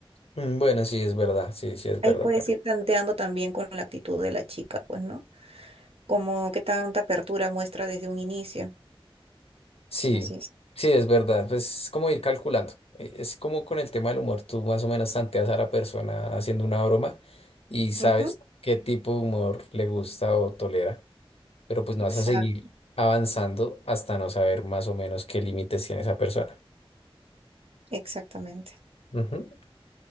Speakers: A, on the left; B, on the right.
A: Mm, Bueno, sí, es verdad, sí, sí, es verdad.
B: Ahí puedes ir tanteando también con la actitud de la chica, pues, ¿no? Como qué tanta apertura muestra desde un inicio.
A: Sí,
B: Así es.
A: sí, es verdad. Pues es como ir calculando. Eh, Es como con el tema del humor, tú más o menos tanteas a la persona haciendo una broma y sabes
B: Ujú.
A: qué tipo de humor le gusta o tolera, pero pues no
B: Exacto,
A: vas a seguir avanzando hasta no saber más o menos qué límites tiene esa persona.
B: exactamente.
A: Ujú.